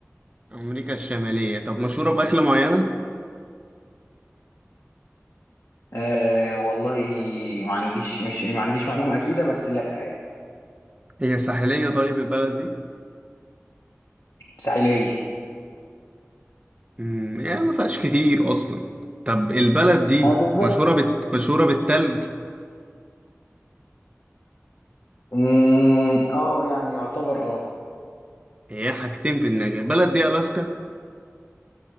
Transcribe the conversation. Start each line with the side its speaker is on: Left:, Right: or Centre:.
Right: أمريكا الشمالية طب مشهورة بأكلة معينة
Left: آه والله ما عنديش مش ما عنديش معلومة أكيدة بس لا يعني
Right: هي ساحلية طيب البلد دي؟
Left: ساحلية
Right: امم يعني ما فيهاش كتير أصلا طب البلد دي
Left: آه بالظبط
Right: مشهورة بت... مشهورة بالتلج؟
Left: مم، اه يعني يعتبر اه
Right: هي حاجتين في دماغي البلد دي ألاسكا؟